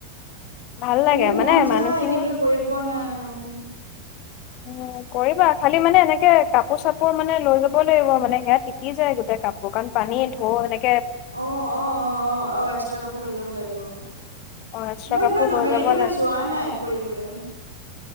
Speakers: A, on the left; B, on the right.
A: ভাল লাগে
B: মোৰ মন
A: মানে
B: যায়
A: মানুহখিনি
B: কিন্তু কৰি পোৱা নাই উম
A: উম কৰিবা খালি মানে এনেকে কাপোৰ চাপোৰ মানে লৈ যাব লাগিব মানে সেয়া তিতি যায় গোটেই গাত অকণ পানী ধৈ মানে
B: অ অ অ অ অ একস্ট্ৰা কাপোৰ লৈ যাব লাগিব অ
A: অ, এক্সট্ৰা
B: মই
A: কাপোৰ
B: সেফালে নামেৰি
A: লৈ যাব
B: এইফালে
A: লাগে
B: যোৱা নাই ফুৰিবলৈ